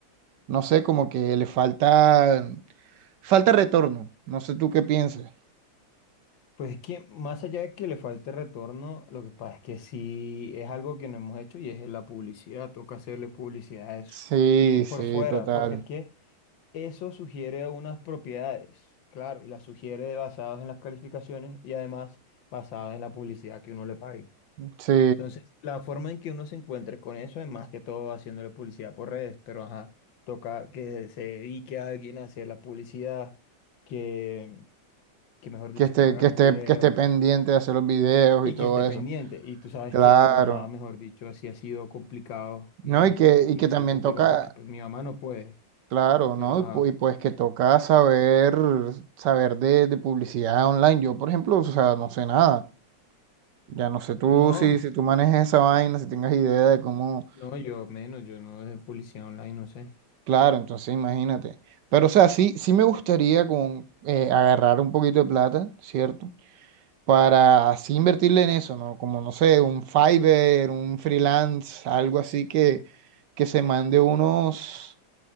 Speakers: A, on the right; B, on the left.
A: no sé, como que le falta, falta retorno. No sé tú qué piensas.
B: Pues es que más allá de que le falte retorno, lo que pasa es que sí es algo que no hemos hecho y es la publicidad, toca hacerle publicidad a eso.
A: Sí,
B: Y es
A: sí,
B: por fuera,
A: total.
B: porque es que eso sugiere unas propiedades, claro, y las sugiere basadas en las calificaciones y además basadas en la publicidad que uno le pague.
A: Sí,
B: Entonces, la forma en que uno se encuentre con eso es más que todo haciéndole publicidad por redes, pero ajá, toca que se dedique a alguien a hacer la publicidad, que, que mejor dicho,
A: que esté,
B: que haga
A: que
B: los
A: esté,
B: videos
A: que esté pendiente de hacer los videos
B: Y
A: y todo
B: que esté
A: eso.
B: pendiente. Y tú sabes
A: Claro.
B: que, ajá, mejor dicho, así ha sido complicado y,
A: No, y que,
B: y
A: y que
B: ha
A: también
B: sido complicado
A: toca,
B: porque pues mi mamá no puede,
A: claro,
B: pero
A: ¿no? Y,
B: ajá.
A: pu- y pues que toca saber, saber de, de publicidad online. Yo, por ejemplo, o sea, no sé nada. Ya no sé tú
B: No,
A: si, si tú manejes esa vaina, si tengas idea de cómo,
B: no, yo menos, yo no de publicidad online, no sé.
A: claro, entonces imagínate. Pero o sea, sí, sí me gustaría con, eh, agarrar un poquito de plata, ¿cierto? Para así invertirle en eso, ¿no? Como, no sé, un Fiverr, un freelance, algo así que, que se mande unos,